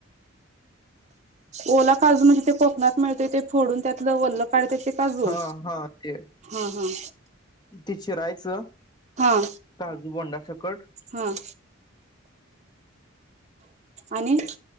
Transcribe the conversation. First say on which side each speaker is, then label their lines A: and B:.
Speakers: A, on the right; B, on the left.
A: ओला काजू म्हणजे ते कोकणात मिळतय ते. फोडून त्यातलं वल्ल काढत्यात ते काजू
B: हा हा ते
A: हा हा.
B: ते चिरायचं
A: हा
B: काजू बोंडा सकट.
A: हा. आणि